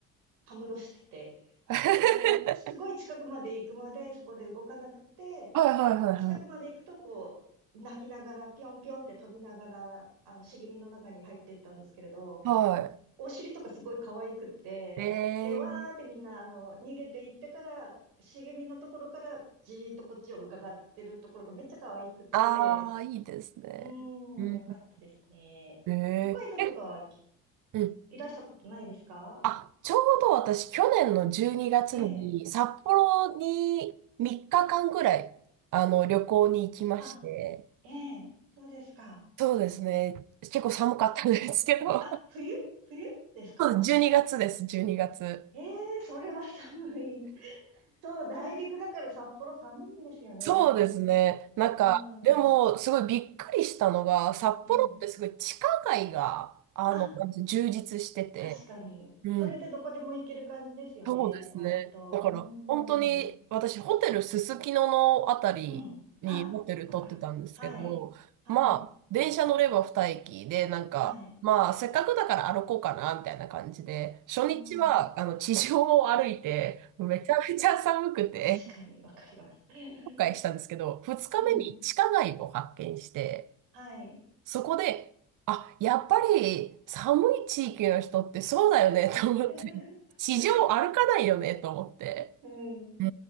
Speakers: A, on the right; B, on the right.
A: たむろしてて、
B: <laughs> は
A: で、すごい近くまで行くまでそこで動かなくて、
B: いはいはいは
A: 近くまで行くとこう、泣きながら、ぴょんぴょんって飛びながら、あの、茂みの中に入ってったんですけれど、
B: い。は
A: お尻とかすごい可愛くって、
B: い。えー、
A: で、わーってみんな、あの、逃げていってから、茂みのところからじーっとこっちを伺ってるところがめっちゃ可愛くて、
B: ああ、いいですね。
A: うーん、
B: うん。
A: よかったですね。
B: えええ、
A: 北海道とかはき
B: うん。
A: いらしたことないですか
B: あ、ちょうど私、去年の12月にがつに札幌に3日間ぐらい、
A: ええ。
B: あの、旅行に行きまして、
A: あ、ええ、そうですか。
B: そうですね。結構寒かったんですけど、
A: あ、冬冬ですか
B: <laughs> そうです12月です、12月。
A: ええ、それは寒い。<laughs> そう、内陸だから札幌寒いんですよね。
B: そうですね。なんか、
A: うん、
B: でも、
A: う
B: すごいびっくりしたのが、札幌ってすごい地下街が、
A: ん。
B: あの、
A: あ、
B: なんて充実してて、
A: 確かに。
B: うん。
A: それでどこでも行ける感じですよね、
B: そうですね。
A: 割と。
B: だから、
A: うん、
B: 本当に、私、ホテルすすきののあたりにホテル取ってたんですけど、
A: うん。あ、わかる。はい、はい、
B: まあ、電車乗れば二駅で、なんか、
A: はい。
B: まあ、せっかくだから歩こうかな、みたいな感じで、初日は、
A: うん、うん。
B: あの、地上を歩いて、めちゃめちゃ寒くて、
A: 確かに、わかります。<laughs>
B: 今回したんですけど、2日目に地下街を発見して、
A: うん、はい。
B: そこで、あ、やっぱり寒い地域の人ってそうだよねと思って、
A: <laughs>
B: 地上歩かないよねと思って。
A: うん、わ
B: う